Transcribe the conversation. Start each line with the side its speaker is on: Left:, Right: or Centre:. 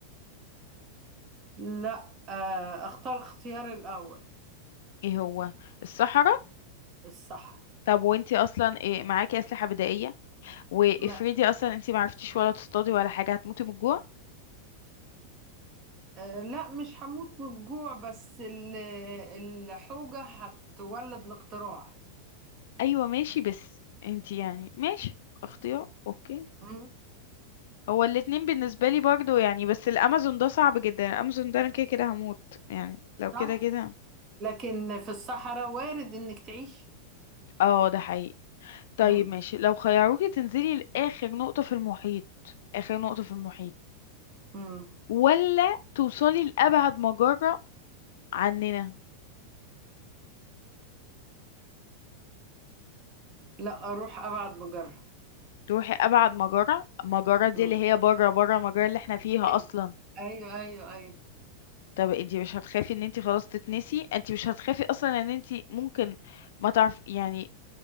Right: لا آه اختار اختيار الاول
Left: ايه هو الصحراء
Right: الصحراء
Left: طب وانتي اصلا إيه معاكي اسلحه بدائيه وافرضي
Right: ما
Left: اصلا انتي معرفتيش ولا تصطادي ولا حاجه هتموتي من الجوع
Right: آه لا مش هموت من الجوع بس ال- الحوجة هتولد الاختراع
Left: ايوه ماشي بس انتي يعني ماشي اختيار اوكي
Right: امم
Left: هو الاتنين بالنسبه لي برضو يعني بس الامازون ده صعب جدا الامازون ده انا كده كده هموت يعني لو كده
Right: صح
Left: كده
Right: لكن في الصحراء وارد انك تعيش
Left: اه ده حقيقي طيب
Right: امم
Left: ماشي لو خيروكي تنزلي لآخر نقطة في المحيط آخر نقطة في المحيط
Right: امم
Left: ولا توصلي لأبعد مجرة عننا
Right: لا اروح ابعد بجره
Left: تروحي أبعد مجرة المجرة دي
Right: امم
Left: اللي هي بره بره المجرة اللي احنا فيها
Right: ايوه
Left: أصلا
Right: ايوه ايوه أيوه.
Left: طب انتي مش هتخافي ان انتي خلاص تتنسي انتي مش هتخافي أصلا ان انتي ممكن ما تعرف يعني